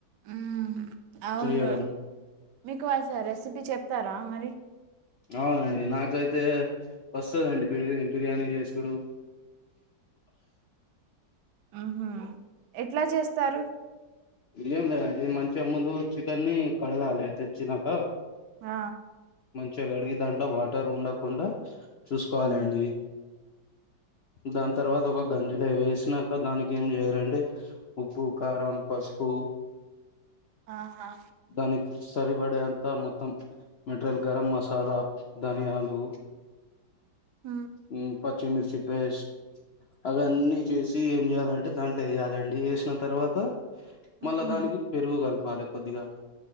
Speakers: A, on the right; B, on the left.
A: ఉమ్ అవును
B: చేయడం
A: మీకు అస రెసిపీ చెప్తారా మరి
B: అవునండి నాకైతే వస్తదండి బిర్ బిర్యానీ చేసుడు
A: ఆహా ఎట్లా చేస్తారు
B: ఏం లేదండి మంచిగా ముందు చికెన్ ని కడగాలి తెచ్చినాక
A: ఆ
B: మంచి కడిగి దాంట్లో వాటర్ ఉండకుండా చూసుకోవాల
A: మ్మ్.
B: అండి దాని తర్వాత ఒక గంజులో వేసినాక దానికి ఏం చేయాలండి ఉప్పు, కారం, పసుపు
A: ఆహా
B: దానికి సరిపడే అంత మొత్తం మెటరియల్ గరం మసాలా, ధనియాలు
A: మ్మ్.
B: ఉ పచ్చిమిర్చి పేస్ట్ అవి అన్నీ చేసి ఏం చేయాలంటే దాంట్లో వేయాలండి వేసిన తర్వాత
A: మ్హూ.
B: మళ్ళా దానికి పెరుగు గలపాలి కొద్దిగా